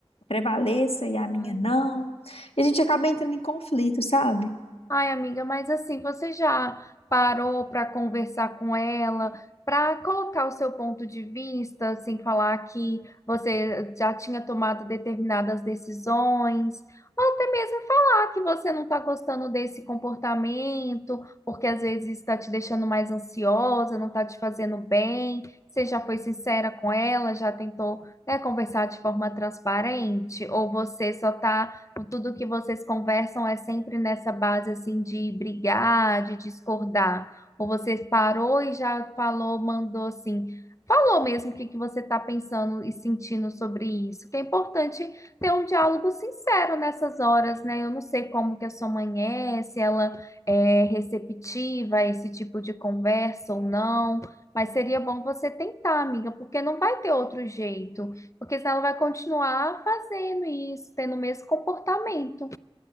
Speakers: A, on the left (about 85°); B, on the left (about 30°).
A: prevaleça e a minha
B: amiga.
A: não. E a gente acaba entrando em conflito, sabe?
B: Ai, amiga, mas assim, você já parou para conversar com ela, para colocar o seu ponto de vista, assim, falar que você já tinha tomado determinadas decisões, ou até mesmo falar que você não está gostando desse comportamento, porque às vezes está te deixando mais ansiosa, não está te fazendo bem. Você já foi sincera com ela, já tentou, né, conversar de forma transparente, ou você só está tudo que vocês conversam é sempre nessa base assim de brigar, de discordar? Ou você parou e já falou, mandou assim, falou mesmo o que que você está pensando e sentindo sobre isso? Que é importante ter um diálogo sincero nessas horas, né? Eu não sei como que a sua mãe é, se ela é receptiva a esse tipo de conversa ou não. Mas seria bom você tentar, amiga, porque não vai ter outro jeito. Porque senão ela vai continuar fazendo isso, tendo o mesmo comportamento.